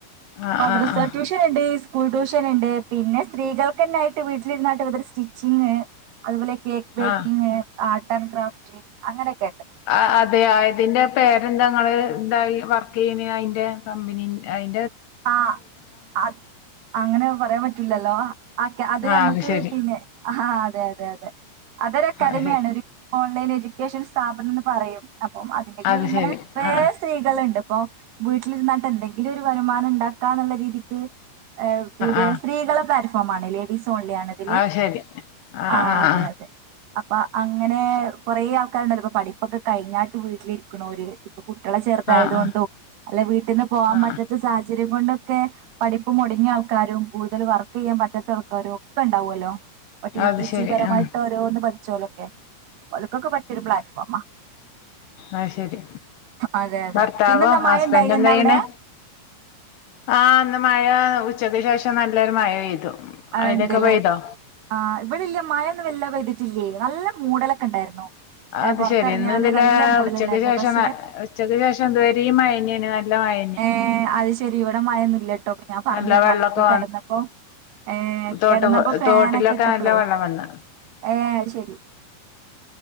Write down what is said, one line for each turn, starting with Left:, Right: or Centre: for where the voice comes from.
Left: ആഹ്
Right: മദ്രസട്യൂഷൻ
Left: ആഹ് ആഹ്
Right: ഇണ്ട് സ്കൂൾ ട്യൂഷൻ ഉണ്ട് പിന്നെ സ്ത്രീകൾക്ക്ന്നൊയിട്ട് വീട്ടിലിരുന്നായിട്ട് <unintelligible> സ്റ്റിച്ചിങ് അതുപോലെ കേക്ക് ബേക്കിങ്
Left: ആഹ്
Right: ആട് സ് ആൻഡ് ഗ്രാഫിറ്റിങ് അങ്ങനൊക്ക
Left: ആ അതെ അതിന്റെ പേരെന്തങ്ങള് തായി വർക്ക് ചെയ്യുന്ന അതിന്റെ കമ്പനി അയി
Right: ആ അത് അങ്ങനെ പറയാൻ പറ്റ റ്റുല്ലല്ലോ ഒക്കെ അത്
Left: ആഹ്
Right: ഞമ്മുക്ക്
Left: ശരി
Right: പിന്നെ ആ അതെ അതെ അതെ അതൊരു അക്കാദമിയാണ്
Left: അത് ശരി
Right: ഒരു കോ ലൈൻഎജുക്കേഷൻ സ്ഥാപനംന്ന് പറയും അപ്പം അതിന്റെ കീഴിലിങ്ങനെ
Left: അത് ശരി
Right: വേ
Left: ആഹ്
Right: സ്ത്രീകള്ണ്ട് പ്പൊ വീട്ടിലിരുന്നട്ട് എന്തെങ്കിലും ഒരു വരം മാനം ഇണ്ടാക്കാന്നുള്ള രീതിക്ക് ഏഹ് കൂടിയ
Left: ആഹ്
Right: സ്ത്രീകളെ കരു ഫോമാണലെ ലിസോൺലിയാണോ ഇതില്
Left: ആഹ് അത് ശരി ആഹ്
Right: ആ
Left: ആഹ്
Right: അതെ അതെ അപ്പ അങ്ങനെ കൊറേ ആൾക്കാരുണ്ടല്ലോ ഇപ്പൊ പടിപ്പൊക്കെ കഴിഞ്ഞാട്ട് വീട്ടിലിരിക്കണോര് കുട്ടികളെ ചെറുതായതുകൊണ്ടും
Left: ആഹ് ആഹ്
Right: അല്ലെ വീട്ട്ന്ന് പോവാൻപറ്റ
Left: ആഹ്
Right: സാഹചര്യം കൊണ്ടൊക്കെ പഠിപ്പ് മുടങ്ങിയ ആൾക്കാരും കൂടുതൽ വർക്കെയ്യാൻ പറ്റാത്ത ആൾക്കാരും ഒക്കണ്ട് ണ്ടാവോലോ പ്പ ട്ടി
Left: അത്
Right: ട്ടി സി
Left: ശരി
Right: പരമായിട്ടോരോന്ന്
Left: ഉം
Right: പടി ചോലൊക്കെ ഒല്ക്കൊക്കെ പറ്റിയൊരു പ്ലാറ്റ്ഫോമാ
Left: ആ ശരി
Right: അതെ അതെ
Left: ഭർത്താവോ
Right: പിന്നെന്താ
Left: ഹസ്ബൻ്റ്
Right: മഴ ഉണ്ടായിരുന്നോ
Left: എന്താചെയ്യണെ
Right: അവിടെ
Left: ആ അന്ന് മഴ ഉച്ചക്ക് ശേഷം നല്ലൊരു മയ പെയ്തു
Right: അത്
Left: അവിടെക്കെ
Right: ഇണ്ട്ല്ലേ
Left: പെയ്തോ
Right: ആ ഇവിടില്ല മയൊന്നും വല്ലാ പെയ്ത് ട്ടില്ലേ നല്ല മൂടലൊക്കെ ഉണ്ടായിരുന്നു
Left: അത്
Right: ഏഹ് പുറത്തിറങ്ങിയാല്
Left: ശരി ഇന്ന് ഇതിലെ
Right: നല്ല മൂടലുണ്ടായിരുന്നു
Left: ഉച്ചക്ക് ശേഷണ്
Right: പക്ഷെ
Left: ഉച്ചക്ക് ശേഷം ഇതുവരേം മഴന്നെണ് നല്ല മയ
Right: ഏ അത് ശെരി ഇവിടെ മയൊന്നുല്ലട്ടോ ഇപ്പ ഞാൻ പറഞ്ഞന്ന്
Left: നല്ല വെള്ളൊക്കെ
Right: വന്ന് കെടന്നപ്പോ ഏ
Left: തോട്ട്
Right: കെടന്നപ്പോ ഫേനൊക്കെ
Left: തോട്ടിലൊക്കെ
Right: ഇട്ടപ്പളേ
Left: നല്ല വെള്ളം വന്ന്
Right: ഏ അത് ശരി